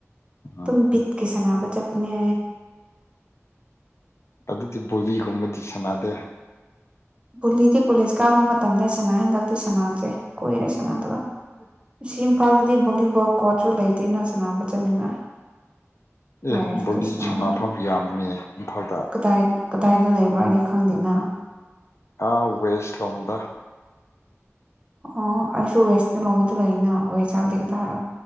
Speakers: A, on the right; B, on the left.
A: ꯑꯗꯨꯝ
B: ꯎꯝ
A: ꯕꯤꯠꯀꯤ ꯁꯅꯕ ꯆꯄꯅꯦ
B: ꯑꯗꯨꯗꯤ ꯕꯣꯂꯤꯒꯨꯝꯕꯗꯤ ꯁꯥꯟꯅꯗꯦ
A: ꯕꯨꯂꯤꯗꯤ ꯄꯨꯒꯂꯤꯁ ꯀꯥꯕ ꯃꯇꯝꯗ ꯁꯅꯥ ꯍꯟꯗꯛꯇꯤ ꯁꯅꯥꯗ꯭ꯔꯦ ꯀꯣꯏꯔꯦ ꯁꯅꯥꯗꯕ ꯁꯤ ꯏꯝꯐꯥꯜꯗꯗꯤ ꯚꯣꯂꯤꯕꯣꯜ ꯀꯣꯆꯁꯨ ꯂꯩꯇꯦꯅ ꯁꯅꯥꯅꯕ ꯆꯠꯅꯤꯡꯉꯦ
B: ꯑꯦ
A: ꯂꯥꯏꯔ
B: ꯕꯣꯂꯤ
A: ꯁꯅꯥꯕꯗꯨꯣ
B: ꯁꯥꯟꯅꯐꯝ ꯌꯥꯝꯃꯤ ꯏꯝꯐꯥꯜꯗ
A: ꯀꯗꯥꯏ ꯀꯗꯥꯏꯅ ꯂꯩꯕ꯭ꯔꯥ ꯍꯥꯏꯅꯤ ꯈꯪꯗꯦꯅ
B: ꯍꯥ ꯋꯦꯁ ꯂꯣꯝꯗ
A: ꯑꯣ ꯑꯩꯁꯨ ꯋꯦꯁꯇ ꯂꯣꯝꯗ ꯂꯩꯅ ꯋꯦꯁ ꯍꯥꯏꯞꯗꯤꯒꯔ